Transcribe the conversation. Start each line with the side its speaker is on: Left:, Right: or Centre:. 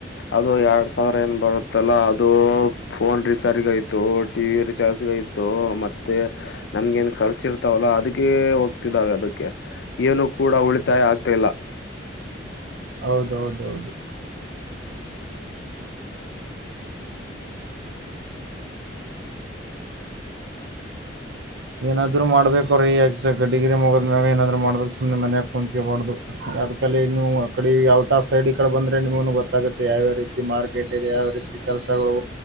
Left: ಅದು ಎರಡ್ ಸಾವಿರ ಏನ್ ಬರುತ್ತಲ್ಲ ಅದು ಫೋನ್ ರೀಚಾರ್ಜ್ಗಯ್ತು ಟಿ ವಿ ರಿಚಾರ್ಜ್ಗಯ್ತು ಮತ್ತೆ ನಮಗ ನ್ ಖರ್ಚ ಇರ್ತಾವಲ್ಲ ಅದಕ್ಕೆ ಹೋಗ್ತಿದಾವೆ ಅದಕ್ಕೆ. ಏನೂ ಕೂಡ ಉಳಿತಾಯ ಆಗ್ತಿಲ್ಲ
Right: ಹೌದೌದ ಹೌದು ಏನಾದ್ರು ಮಾಡ್ಬೇಕ್ರೀ ಎಕ್ಸಾಕ್ಟ್ ಗಡ್ಡಿಿಗೆೇ ಮಗಿದ ಮ್ಯಾಗ ಏನಾದ್ೂ ಮಾಡಬೇಕುಮ್ಮನೆಯೆ ಕುಂತಕಬಾರು ಅದ್ಲ್ಲಿ ನೀವು ಅಕಡೆ ಔಟ್ ಆಫ್ ಸೈಡ್ ಈ ಕಡೆ ಬಂದ್ರೆ ನಿಮಗ ಗೊತ್ತಾಗುತ್ತೆ ಯಾವ್ಯಾವ ರೀತಿ ಮಾರ್ಕೆಟ್ ಇದೆ ಯಾವ ರೀತಿ ಕೆಲಸಗಳು